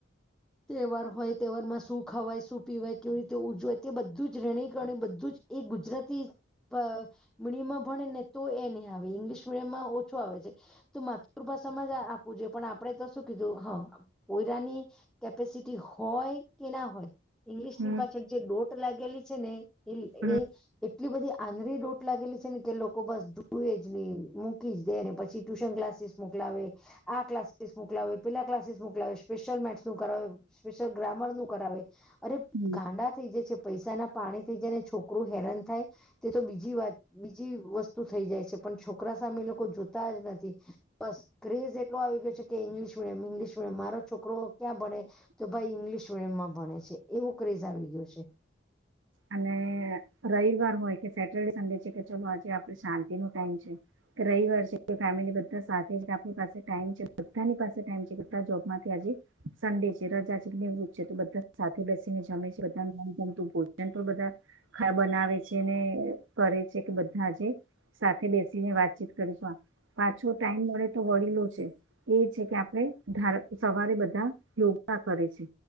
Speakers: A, in the centre; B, on the right (about 85°).
A: તહેવાર હોય તહેવારમાં શું ખાવાય શું પીવાય કેવી રીતે ઉજવાય તે બધું જ રહેણીકણી બધું જ એ ગુજરાતી પ મીડિયમમાં ભણે ને તો એ નહી આવે ઇંગ્લિશ મીડિયમમાં ઓછો આવે છે તો મા પર જ આપું જોઈએ પણ આપણે તો શું કીધું હ કોયરાની કેપેસિટી હોય કે ના હોય ઈંગ્લિશ
B: હમ
A: ની પાછળ જે ડોટ લાગેલી છે ને એ
B: હમ
A: એટલી બધી આંધરી ડોટ લાગેલી છે ને કે લોકો બસ ધુએ જ ને મૂકી જ દે ને પછી ટ્યુશન ક્લાસીસ મોકલાવે આ ક્લાસ મોકલા પેલા ક્લાસ મોકલાવે સ્પેશલ મેસ કરાવ સ્પલ ગ્રામ નુ કરાવે અરે
B: હમ
A: ગાંડા થઈ જ છે. પૈસા ના પાણી થઈ જાયને છોકરું હેરાન થાય તે તો બીજી વાત બીજી વસ્તુ થઈ જાય છે. પણ છોકરા સામે લોકો જોતા જ નથી. બસ ક્રેઝ એટલો આવી ગયો છે કે ઈંગ્લિશ મીડિયમ ઇંગ્લિશ મીડિયમ મારો છોકરો ક્યાં ભણે તો ભાઈ ઇંગ્લિશ મીડિયમ માં ભણે છે એવું ક્રેઝ આવી ગયું છે.
B: અને રવિવાર હોય કે સેટરડે સંડે છે કે ચલો આજે આપે શાંતિ નો ટાઈમ છે કે રવિવાર છે. ફેમિલી બધા સાથે જ આપની પાસે ટાઈમ છે બધાની પાસે ટાઈમ છે બધા જોબમાંથી આજ સંડે રાજા વૃત છે તો બધા સાથે બેસીને જમે છે બધા મનગમતું આપ બધા બનાવે છે ને કરે છે કે બધાજે સાથે બેસીને વાતચીત કરીશું આ પાછો ટાઈમ મળે તો વડીલો છે. એ છે કે આપણે ધ સવારે બધા યોગા કરે છે...